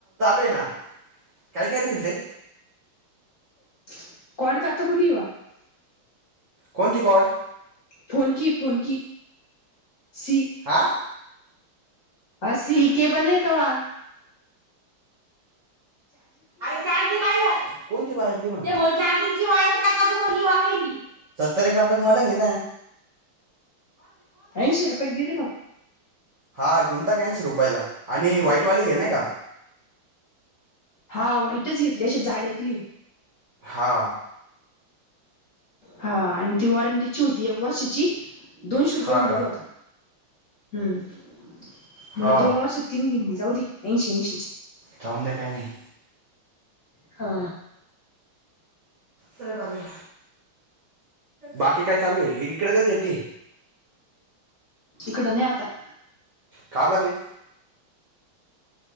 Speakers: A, on the right; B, on the left.
A: आहे ना काय कायील ते
B: <unintelligible>
A: कोणती कॉर्ड
B: फोन की फोन की सी
A: हा
B: अ सी केबल नाही कवा
A: अरे चार दि वाहिला कोणती वा चार दिची वा का तीवा सत्तर एक रुपे मला घे नाही
B: अयन शिराप एकगदि र मग
A: हा घुंता का्यांशी रुपयाला आणि व्हाईटवाली घे ना का?
B: हा वाईटच घेतली अशी जाडतली
A: हा,
B: हा आणि ती वॉरंटीची होती एक वर्षाची दोनशे रुपये
A: हा
B: म्हणत
A: का
B: होता. हम्म <inaudible>
A: हा
B: म दोन वर्ष तीन बिन जाऊ दे ऐंशी ऐंशीच्या
A: चाऊून दे काय नाही
B: हा,
A: सर बग, बाकी काय चालू आहे एक इकडे कच येते
B: इकड नाही आता
A: का बरे